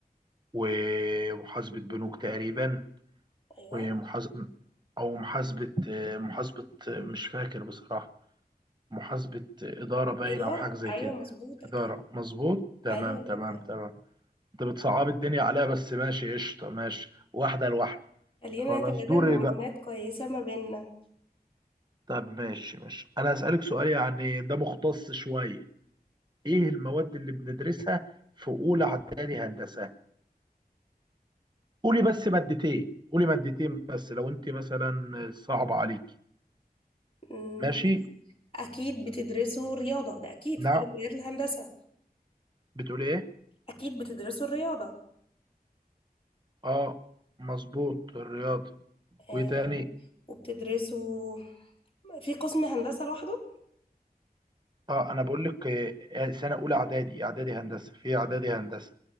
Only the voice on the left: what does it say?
ايوه
الاداره
ايوه
مظبوط اكيد
ايوه الاداره
خلينا
نتبادل
معلومات
كويسه ما بيننا
أمم،
اكيد بتدرسوا رياضه ده اكيد
في كل كليات الهندسه
اكيد بتدرسوا الرياضه
آه،
وبتدرسوا في قسم هندسه لوحده